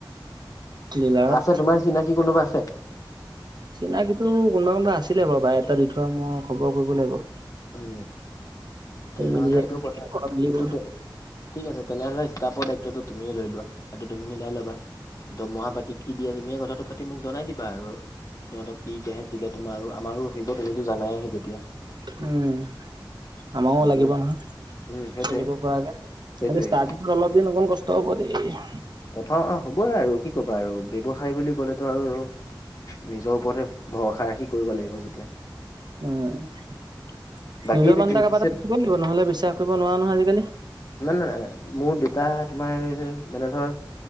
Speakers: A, on the right (about 60°); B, on the left (about 40°).
A: ডিলাৰত
B: আছে তোমাৰ চিনাকি কোনোবা আছে?
A: চিনাকিটো কোনোবা কোনোবা আছিলে বাৰু বায়ডাটা দি থোৱা মই খবৰ কৰিব লাগিব।
B: উম তেনেহ'লে
A: মিলি যায়।
B: সেইটো কথা
A: মিলিব
B: সেইটোত ঠিক আছে তেনেহ'লে ষ্টাফৰ দায়িত্বটো তুমিয়ে লৈ লোৱা সেইটো তুমি মিলাই ল'বা। দৰমহা পাতি কি দিয়ে তুমিয়ে কথাটো পাতি মোক জনাই দিবা আৰু। সিহঁতক কি কেহেত দিলে তোমাৰ আৰু আমাৰো আহিব তুমিতো জানাই তেতিয়া।
A: উম। আমাৰো
B: নিজে
A: লাগিব নহয়
B: উম সেইটোৱে
A: চলিব পৰাকে
B: সেইটোৱে
A: খালি ষ্টাৰ্টিংত
B: সেইটোৱে
A: অলপদিন অকণ কষ্ট ষ্ট হ'ব দেই
B: প্ৰথম অ হ'বই আৰু কি ক'বা আৰু ব্যৱসায় বুলি ক'লেটো আৰু নিজৰ ওপৰতে ভৰসা ৰাখি কৰিব লাগিব যেতিয়া।
A: উম নিজৰ
B: বাকী
A: মানুহ এটা
B: এই
A: কাৰোবা
B: পিছে
A: এটা থাকিব লাগিব নহ'লে বিশ্বাস কৰিব নোৱাৰা নহয় আজিকালি।
B: নাই নাই নাই মোৰ দেউতা তোমাৰ মানে ধৰ